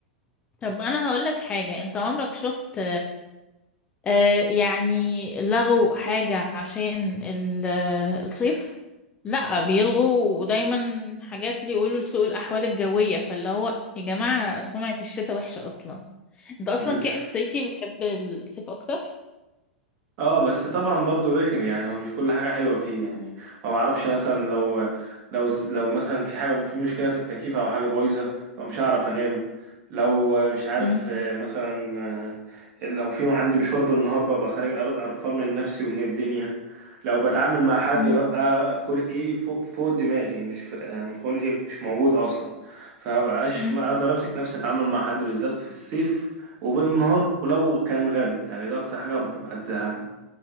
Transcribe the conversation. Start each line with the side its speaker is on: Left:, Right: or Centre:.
Left: طب انا هقولك حاجة انت عمرك شفت آه، يعني لغوا حاجة عشان ال- آه، الصيف لا بيلغوا دايما حاجات اللي يقولوا لسوء الأحوال الجوية فاللي هو يا جماعة سمعة الشتاء وحشة أصلا أنت أصلا
Right: <laughs>
Left: كائن صيفي بتحب الصيف أكتر؟
Right: اه بس طبعا برضو رخم يعني هو مش كل حاجة حلوة فيه يعني ما بعرفش مثلا لو لو لو مثلا في حاجة في مشكلة في التكييف او حاجة بايظة فمش هعرف انام لو مش عارف
Left: مم.
Right: آه، مثلا آه، لو في عندي مشوار بالنهار ببقى خارج قر- قرفان من نفسي ومن الدنيا لو بتعامل مع حد
Left: مم.
Right: ببقى خلقي فوق فوق دماغي مش فرق يعني خلقي مش موجود اصلا فمبقاش
Left: مم.
Right: ما اقدر امسك نفسي اتعامل مع حد بالذات في الصيف وبالنهار ولو كان غبي يعني ده اكتر حاجه هتزهقني